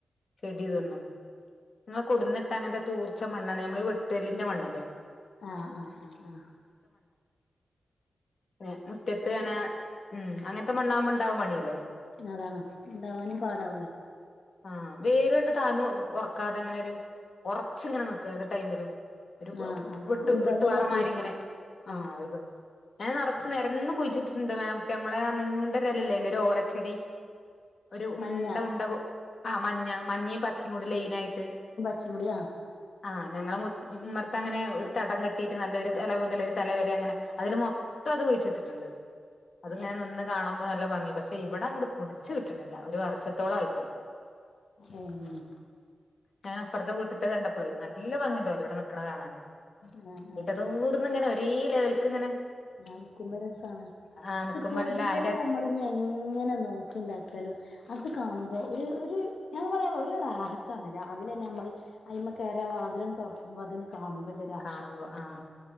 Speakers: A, on the left (about 55°); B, on the left (about 75°).
A: ചെടി ഇതൊന്നും ഇങ്ങനെ കൊടുന്നിട്ട അങ്ങനത്തെ തൂർച്ച മണ്ണാണ് നമ്മള് വെട്ടല്ലിന്റെ മണ്ണ്ല്ലേ
B: ആഹ് ആഹ് ആഹ് ആഹ്
A: ന്നെ മുറ്റത്ത് അങ്ങനെ ഉം അങ്ങനത്തെ മണ്ണാവുമ്പ ണ്ടാവാൻ പണിയല്ലേ
B: അതാണ് ണ്ടാവാനും പാടാവോയ്‌
A: ആഹ് വേര്ങ്ട്ട് താന്ന് ഉറക്കാതെ അങ്ങനൊരു ഒറച്ച്ങ്ങനെ നിക്ക ഏത് ടൈമിലും ഒരു
B: ആ ആ
A: വിട്ട്
B: ആ ഒരു
A: വിട്ട്
B: ബലല്ല
A: പാറമാരിങ്ങനെ
B: സൈസ് ആ
A: ആഹ് ഒരു ഞാൻ നിറച്ച് നിരന്ന് കുഴിച്ചിട്ടിട്ടുണ്ട് നമ്മളെ ആഹ് നീണ്ടരൊലല്ലേല്ലേ ഒരു ഓലച്ചെടി ഒരു ഉണ്ട
B: മഞ്ഞ
A: ഉണ്ട പൊ ആഹ് മഞ്ഞ മഞ്ഞീം പച്ചയും കൂടി ലെയിനായിട്ട്
B: ച്ചീ കൂടിയ
A: ആഹ് ഞങ്ങളെ മുറ്റ് ഉമ്മർത്തങ്ങനെ ഒരു തടം കെട്ടിയിട്ട് നല്ലൊരു തല മുതല് ഒരു തല വരെ അങ്ങനെ അതില് മൊത്തം ഇത് കുയിച്ചിട്ടിട്ടുണ്ട് അത്ങ്ങനെ
B: ഏ
A: നിന്ന് കാണുമ്പോ നല്ല ഭംഗിയാ പക്ഷെ പക്ഷെ ഇവിടെ അങ്ങട്ട് പിടിച്ചു കിട്ടുന്നില്ല ഒരു വർഷത്തോളം ആയിപ്പത്
B: ഏഹ്
A: ഞാന് അപ്പുറത്തെ വീട്ടത്തെ കണ്ടപ്പോളേ നല്ല ഭംഗിണ്ട് ഓലോടെ നിക്കണ കാണാൻ
B: ആ ആ
A: ഇട തൂർ ന്നിങ്ങനെ ഒരേ ലെവൽക്ക് ഇങ്ങനെ
B: ആഹ് നിക്കുമ്പ രസാണ്
A: ആ
B: പക്ഷെ
A: നിക്കുമ്പല്ല
B: ചെടികള്
A: അതിന്റെ
B: നമ്മള് ഇഞ്ഞി എങ്ങനെ നോക്കിണ്ടാക്കിയാലും അത് കാണുമ്പോ ഒരു ഒരു ഞാൻ പറയാ ഒരു റാഹത്താണ് രാവിലെ തന്നെ നമ്മള് അയിമ്മെ കയറി ആ വാതിലങ്ങട്ട് തുറക്കുമ്പോ അതിണ് കാണുമ്പല്ലൊരു ആശ്വാസത്രേണ്
A: കാണുമ്പോ ആ